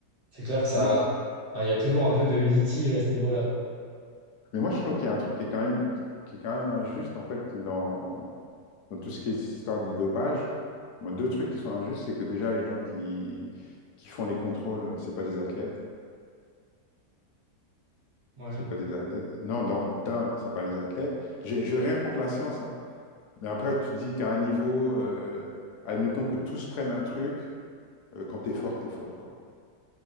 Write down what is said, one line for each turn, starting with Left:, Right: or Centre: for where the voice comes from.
Right: c'est clair que ça,
Left: Non.
Right: enfin, il y a toujours un peu de litige à ce niveau-là, quoi.
Left: Mais moi, je trouve qu'il y a un truc qui est quand même, qui, qui est quand même injuste, en fait, dans, dans tout ce qui est cette histoire de dopage. Moi, deux trucs qui sont injustes, c'est que déjà, les gens qui, qui font les contrôles, c'est pas des athlètes.
Right: Ouais.
Left: C'est pas des athlètes. Non, dans, d'un, c'est pas les athlètes. J'ai j'ai rien contre la science, hein. Mais après, tu dis qu'à un niveau, euh, admettons que tous prennent un truc, euh, quand t'es fort, t'es fort, quoi.